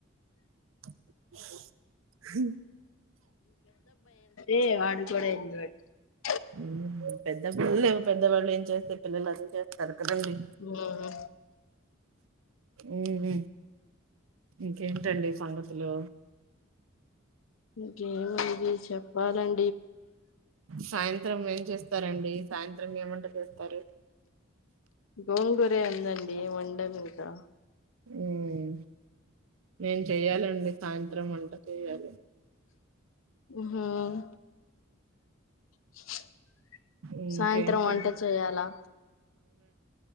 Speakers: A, on the right; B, on the left.
A: <unintelligible>
B: ఏ వాడు కూడా <unintelligible>
A: హమ్ పెద్ద పిల్లలు పెద్దవాళ్ళు ఏం చేస్తే పిల్లలు అదే చేస్తారు కదిరి
B: ఉమ్
A: హమ్ ఇంకేంటండి సంగతులు
B: ఇంకేది చెప్ప వాలం
A: సాయంత్రం ఏం చేస్తారండి సాయంత్రం ఏవంట చేస్తారు
B: గోంగూరే ఉందండి వండం ఇంకా
A: హమ్ నేను చెయ్యాలండి సాయంత్రం వంట చెయాలి
B: హమ్ <unintelligible>
A: ఇంకేంటండి
B: సాయంత్రం వంట చేయాలా